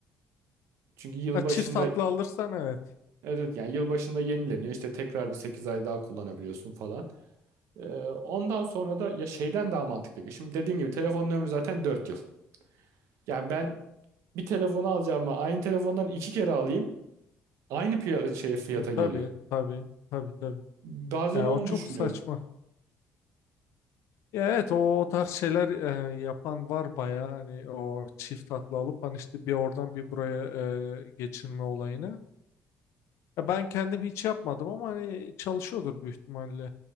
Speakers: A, on the right (about 80°); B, on the left (about 75°).
A: Çünkü yılbaşında
B: Ha, çift tatlı
A: evet
B: alırsan evet.
A: evet, yani yılbaşında yenileniyor işte tekrar bir 8 ay daha kullanabiliyorsun falan. E, ondan sonra da ya şeyden daha mantıklı. Şimdi dediğin gibi telefonun ömrü zaten 4 yıl. Yani ben Bir telefonu alacağıma aynı telefondan iki kere alayım. Aynı piya- şey fiyata
B: E,
A: geliyor.
B: Tabii tabii tabii tabii.
A: Bazen
B: Ya
A: onu
B: o çok
A: düşünüyorum.
B: saçma. Ya evet o, o tarz şeyler e, yapan var bayağı hani o çift tatlı alıp hani işte bir oradan bir buraya e, geçirme olayını. Ya ben kendim hiç yapmadım ama hani çalışıyordur büyük ihtimalle.